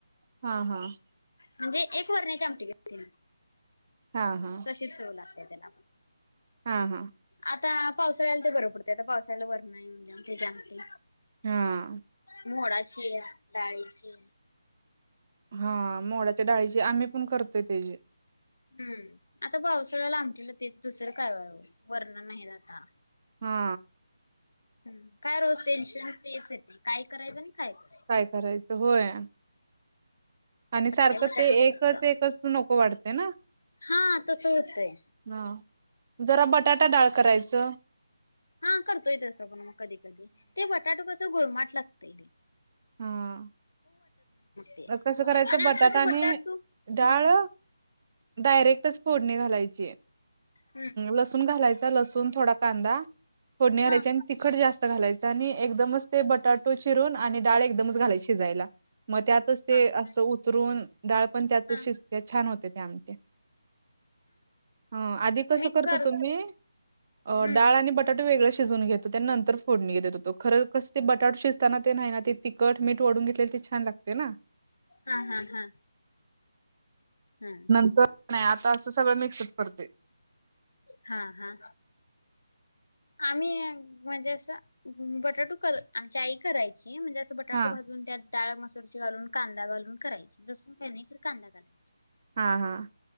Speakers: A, on the right (about 35°); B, on the left (about 70°).
A: हा हा.
B: म्हणजे एक वरण्याची आमटी <unintelligible>
A: हा हा
B: तशीच चव लागते, त्यालापण.
A: हा हा.
B: आता पावसाळ्याला ते बरं पडतंय आता, पावसाळ्याला वरण नाही म्हणजे त्याची आमटी.
A: हा
B: मोडाची डाळीची.
A: हां. मोड्याच्या डाळीची आम्ही, पण करतोय तेची.
B: हम्म आता पावसाळ्याला आमटीला ते दुसरं काय आहे वरणां नाही आता.
A: हा
B: हम. काय रोज टेन्शन तेच येते, काय करायचं आणि काय नाय.
A: काय करायचं होय. आणि सारखं
B: काय बटाटू
A: ते
B: केलत
A: एकच, एकच नको वाटते ना.
B: हा तसं होतंय
A: हा.. जरा बटाटा डाळ करायचं.
B: हा करतोय तसं पण मग कधी कधी, ते बटाटू कसं गुळमाट लागतंय लै.
A: हां..
B: ते
A: कसं करायचं
B: आणि
A: बटाटा
B: आताच
A: आणि
B: बटाटू
A: डाळ.
B: हम्म
A: डायरेक्टच फोडणी घालायची,
B: हम्म
A: लसून चालायचं. लसूण थोडा कांदा फोडणी घालायची
B: हम्म हा
A: आणि. तिखट जास्त घालायचं, आणि एकदमच ते बटाटू चिरून आणि डाळ एकदमच घालायची शिजायला. मग त्यातच ते
B: हा
A: असं,
B: हा
A: उतरून डाळ पण त्यातच
B: हा
A: शिजते छान होते ते आमटी. ह आधी कस
B: मी
A: करतो
B: कर
A: होतो मी अ
B: हम्म
A: डाळ आणि बटा बटाटू वेगळे शिजून घेतो, त्या नंतर फोडणी घेत होतो. खरं कस ते बटाटू शिजताना ते नाही ना ते, तिखट मीठ ओढून घेतलेलं, ते छान लागते ना.
B: हा हा हा. हा
A: नंतर नाही, आता असं सगळं मिक्सच करतोय.
B: हा हा आम्ही म्हणजे, असं बटाटू कर आमची आई करायची म्हणजे असं. बटाटो
A: हां,
B: भाजून त्या डाळ मसूरची घालून, कांदा घालून करायची, लसून काय नाही, कांदा घालायची.
A: हा हा.